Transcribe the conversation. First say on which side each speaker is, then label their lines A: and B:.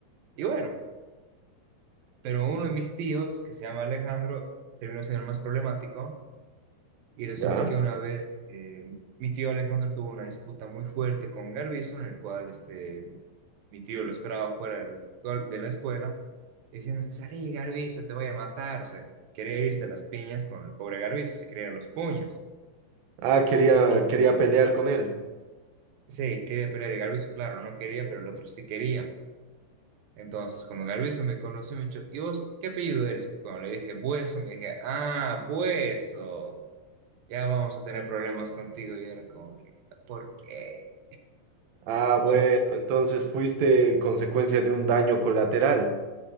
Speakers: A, on the right; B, on the right.
A: Y bueno, pero uno de mis tíos, que se llama Alejandro, terminó siendo el más problemático Y resulta
B: ¿Ya?
A: que una vez eh, mi tío Alejandro tuvo una disputa muy fuerte con Garbizo, en el cual este, mi tío lo esperaba fuera del- de la escuela, diciendo, salí Garbizo, te voy a matar. O sea, quería irse a las piñas con el pobre Garbizo, se querían los puños.
B: Ah, quería,
A: Y
B: quería
A: y
B: pelear con él.
A: sí, quería pelear y Garbizo, claro, no quería, pero el otro sí quería. Entonces, cuando Garbizo me conoció, me dijo, ¿y vos qué apellido eres? Cuando le dije, Bueso, me dije, ah, Bueso. ya vamos a tener problemas contigo. Y era como que, ¿por qué?
B: Ah, bueno,
A: ¿Por qué?
B: entonces fuiste consecuencia de un daño colateral.